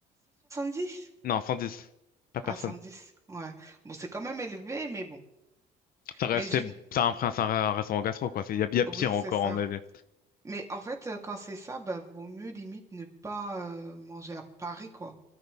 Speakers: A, on the right (about 20°); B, on the left (about 60°).
A: dix
B: Non, 110. Par personne.
A: Ah, 110, ouais. Bon, c'est quand même élevé, mais bon.
B: Ça restait...
A: Mais j'ai...
B: C'est un, prin- c'est un, un restaurant gastro, quoi. C'est- Il y a, il y a pire
A: Oui,
B: encore
A: c'est ça.
B: en avait.
A: Mais en fait, euh, quand c'est ça, bah, vaut mieux limite ne pas euh, manger à Paris, quoi.